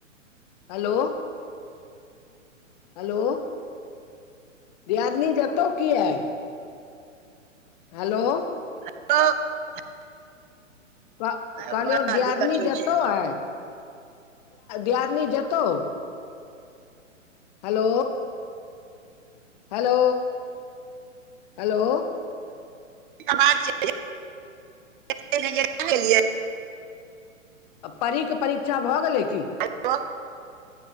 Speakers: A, on the left; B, on the right.
A: हेलो हेलो दिआदनी जतो कि आइ हेलो
B: <inaudible>
A: कह
B: बड़ा
A: कहलियौ दियादनी
B: दिक्कत होइ
A: जेतौ
B: छै हँ
A: आय दियादनी जेतौ हेलो हेलो हेलो
B: <inaudible>
A: परी के परीक्षा भऽ गेलै कि
B: <inaudible>